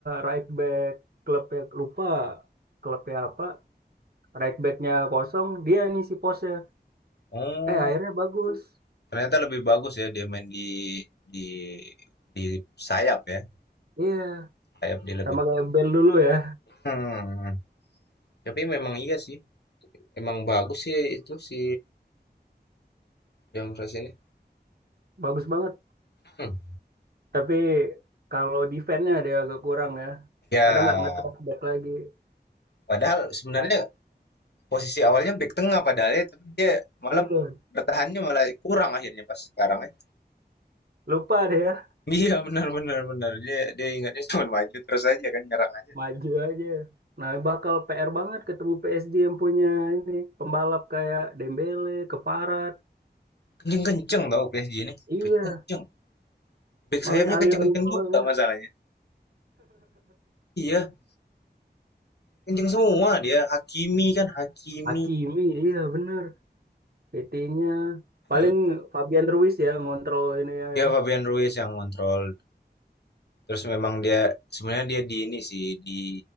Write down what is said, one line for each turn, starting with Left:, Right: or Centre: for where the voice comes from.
Right: right back klub lupa klubnya apa right backnya kosong dia ngisi posnya
Left: Oh,
Right: eh akhirnya bagus
Left: ternyata lebih bagus ya dia main di di di sayap ya.
Right: iya
Left: Sayap dia lebih.
Right: sama
Left: bagus.
Right: kayak Bell dulu ya
Left: Hmm, tapi memang iya sih. Emang bagus sih itu si Dumfries ini.
Right: bagus banget
Left: Hmm.
Right: Tapi kalau defense-nya dia agak kurang ya.
Left: Ya,
Right: Kadang nggak nge-track back lagi.
Left: padahal sebenarnya
Right: Nah,
Left: posisi awalnya back tengah padahal ya, tapi dia malah
Right: iya,
Left: bertahannya malah kurang akhirnya pas sekarang ya.
Right: lupa deh ya.
Left: Iya, benar benar benar. Dia dia ingatnya cuma maju terus aja kan nyerang aja.
Right: Maju aja. Nah, bakal PR banget ketemu PSG yang punya ini pembalap kayak Dembele, Keparat.
Left: Kenceng-kenceng tau PSG ini.
Right: Iya,
Left: Kenceng. Back sayapnya
Right: makanya aliran
Left: kenceng-kenceng
Right: bolanya
Left: juga masalahnya. Iya, kenceng semua dia. Hakimi kan Hakimi.
Right: Hakimi, iya bener. PT-nya paling
Left: Mm-mm.
Right: Fabian Ruiz ya ngontrol ini ya.
Left: Dia
Right: ya.
Left: Fabian Ruiz yang kontrol. Terus memang dia sebenarnya dia di ini sih di